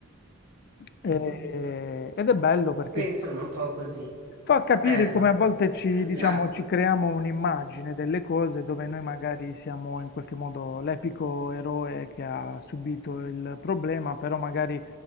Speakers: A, on the left; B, on the right.
A: Eh,
B: Ah-ah.
A: ed è bello perché
B: Quindi insomma un po' così.
A: Fa capire
B: Bello.
A: come a volte ci,
B: Allora
A: diciamo, ci creiamo un'immagine delle cose dove noi magari siamo in qualche modo l'epico eroe che ha subito il problema, però magari